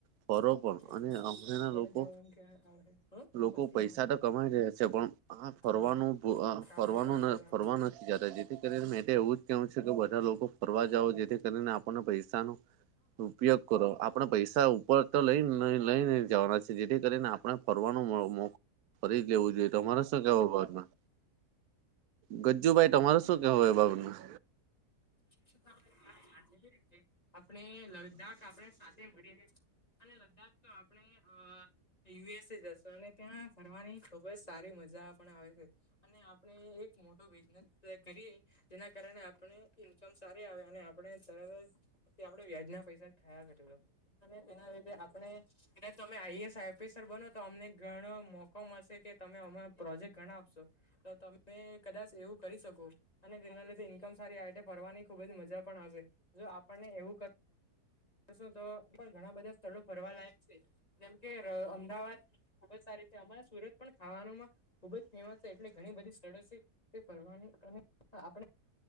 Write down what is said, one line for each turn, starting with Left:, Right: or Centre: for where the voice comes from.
Right: ફરો
Left: એટલે
Right: પણ અને
Left: એડિશન
Right: હમણા
Left: ઓપ્શન
Right: ના
Left: આગળ
Right: લોકો
Left: જ આવે એમ કે આવે
Right: લોકો
Left: પછી
Right: પૈસા
Left: આવે
Right: તો કમાઈ રહ્યા છે, છે પણ આ ફરવાનું
Left: હમ કાલે
Right: ફરવાનું
Left: પરમ દાડે
Right: ફરવા
Left: આવે
Right: નથી જાતા જેથી કરીને મે એવું જ કેહવું છે, કે બધા લોકો ફરવા જાવ જેથી કરીને આપણને પૈસા પૈસા નો ઉપયોગ કરો, આપડે પૈસા ઉપર તો લઈને નહી લઈને જવાના છે જેથી કરીને આપણા ફરવાનો મો ફરી જ લેવું જોઈએ તમારે શું કેવા ભાગમાં. ગજ્જુભાઈ તમારે શું કેવું એ બાબત મા
Left: <inaudible> આપણે લદ્દાખ આપણે સાથે મળીને. અને લદધા આપણે અ. યુએસ એ જશો અને ત્યાં ફરવાની ખુબ જ સારી મજા પણ આવે છે. અને આપણે એક મોટો બિઝનેસ કરીએ જેના કારણે આપણે. ઇન્કમ સારી આવે અને આપણે સરત જ આપડે વ્યાજના પૈસા જ ખાયા કરે. અને તેના લીધે આપણે. તમે આઈએસ ઓફિસર બનો તો અમને ઘણો મોકો મળશે કે તમે અ પ્રોજેક્ટ ઘણા આપશો. તો તમે કદાચ એવું કરી શકો અને જેના લીધ ઇન્કમ સારી આવે. ફરવાની ખુબ જ મજા પણ આવે જો આપણને એવું. તો શું તો પણ ઘણા બધા સ્થળો ફરવા લાયક છે જેમ કે અમદાવાદ. ખુબ જ સારી છે અમારે સુરત પણ ખાવાનું માં. ખુબ જ ફેમસ છે એટલે ઘણી બધી સ્થળો છે તે ફરવાની અને આપણે.